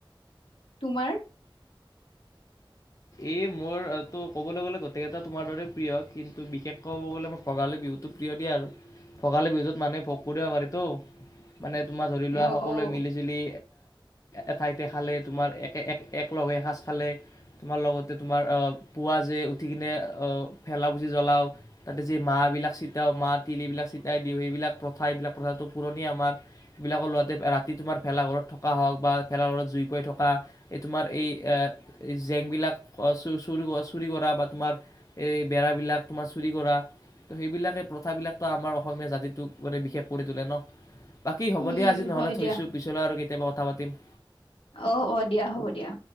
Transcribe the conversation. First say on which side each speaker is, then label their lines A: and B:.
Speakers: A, on the left; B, on the left.
A: তোমাৰ?
B: এই মোৰটো ক'বলৈ গ'লে গোটেইটা তোমাৰ দৰেই প্ৰিয় কিন্তু বিশেষকৈ ক'ব গ'লে মই ভগালী বিহু তো প্ৰিয় দিয়া আৰু ভোগালী বিহুতোত মানুহে ভোগ কৰিব পাৰি টো মানে তোমাৰ ধৰি লোৱা
A: অ'
B: সকলোৱে
A: অ'
B: মিলি জুলি এঠাইতে খালে, তোমাৰ একে, এক, একলগহৈ এসাঁজ খালে- তোমাৰ লগতে তোমাৰ পুৱা যে উঠি কেনে ভেলা পুচি জ্বলাওঁ। তাতে যি মাহ এইবিলাক চেতিয়াও মাহ, তিল এইবিলাক চেতিয়াই দিওঁ, এইবিলাক প্ৰথা এইবিলাক প্ৰথাটো পুৰণি আমাৰ। সেইবিলাকৰ ল'তে ৰাতি তোমাৰ ভেলাঘৰত থকা হওক বা ভেলাঘৰত জুই পাই থকা এই তোমাৰ এই আহ' জেংবিলাক চ, চ, চুৰি কৰা বা তোমাৰ এই বেৰাবিলাক তোমাৰ চুৰি কৰা। ত, সেইবিলাকে প্ৰথাবিলাকতো আমাৰ অসমীয়া জাতিটোক মানে বিশেষ কৰি তোলে ন'। বাকী হ'ব
A: উম
B: দিয়,
A: উম
B: আজি নহ'লে
A: হয়
B: থৈছোঁ
A: দিয়া
B: পিছলৈ আৰু কেতিয়াবা কথা পাতিম।
A: অঁ' অঁ' দিয়া হ'ব দিয়া।